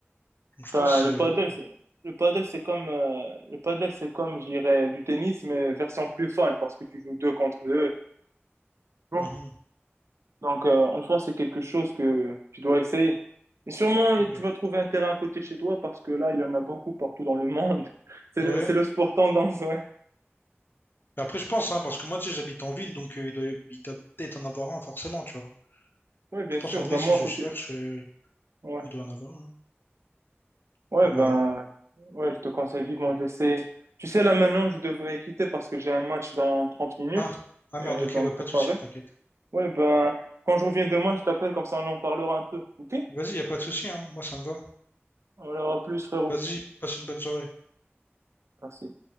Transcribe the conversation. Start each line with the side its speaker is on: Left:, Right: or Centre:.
Left: Donc, je
Right: Ben,
Left: pense.
Right: le
Left: euh,
Right: paddle, c'est, le paddle, c'est comme, euh, le paddle, c'est comme, je dirais, du tennis, mais version plus fun, parce que tu joues deux contre deux. Bon.
Left: mhm.
Right: Donc, euh, en soi, c'est quelque chose que tu dois essayer. Et sûrement,
Left: Ouais.
Right: tu vas trouver un terrain à côté de chez toi, parce que là, il y en a beaucoup partout dans le monde. <laughs> C'est
Left: Ouais.
Right: le, c'est le sport tendance, ouais.
Left: Mais Après, je pense, hein, parce que moi, tu sais, j'habite en ville, donc euh, il doit, il doit peut-être en avoir un, forcément, tu vois.
Right: Ouais, bien
Left: Je pense,
Right: sûr.
Left: en vrai,
Right: Ben,
Left: si
Right: moi,
Left: je
Right: à côté.
Left: cherche, euh,
Right: ouais.
Left: il doit en avoir un.
Right: Ouais,
Left: Donc,
Right: ben,
Left: voilà.
Right: ouais, je te conseille vivement de laisser. Tu sais, là, maintenant, je devrais quitter parce que j'ai un match dans 30 minutes
Left: Ah, ah
Right: et
Left: merde,
Right: je
Left: ok,
Right: dois
Left: ouais,
Right: me préparer.
Left: pas de souci, t'inquiète.
Right: Ouais, ben, quand je reviens demain, je t'appelle, comme ça, on en parlera un peu. OK?
Left: Vas-y, y a pas de souci, hein. Moi, ça me va.
Right: On aura plus, frérot.
Left: Vas-y, passe une bonne soirée.
Right: Merci.